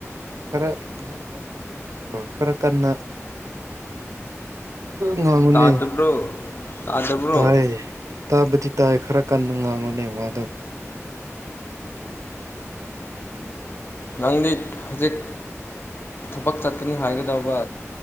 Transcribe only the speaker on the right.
ꯈꯔ ꯉ ꯈꯔ ꯀꯟꯅ ꯑ ꯉꯒꯨꯅꯦ
ꯇꯥꯏ ꯇꯥꯕꯗꯤ ꯇꯥꯏ ꯈꯔ ꯀꯟꯅ ꯉꯥꯡꯉꯨꯅꯦ ꯋꯥꯗꯣ